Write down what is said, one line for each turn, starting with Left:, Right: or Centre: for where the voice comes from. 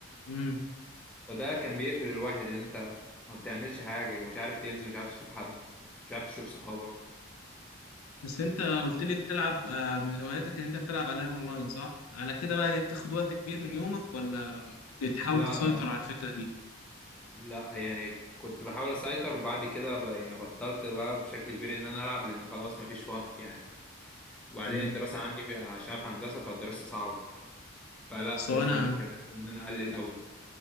Left: امم.
Centre: فده كان بيقفل الواحد ان انت ما بتعملش حاجه مش عارف تنزل مش عارف تشوف حد مش عارف تشوف صحابك
Left: بس انت قلت لي بتلعب آه، من هواياتك ان انت بتلعب العاب اونلاين صح على كده بقى هي بتاخد وقت كبير من يومك ولا بتحاول
Centre: لا
Left: تسيطر
Centre: لا
Left: على الفكرة دي
Centre: لا يعني كنت بحاول اسيطر وبعد كده ب- يعني بطلت بقى بشكل كبير ان انا العب لان خلاص ما فيش وقت يعني وبعدين
Left: مم.
Centre: الدراسه عندي في- عشان في هندسه فالدراسه صعبه فلا
Left: سو
Centre: لازم
Left: انا
Centre: كان لازم ان انا اقلل قوي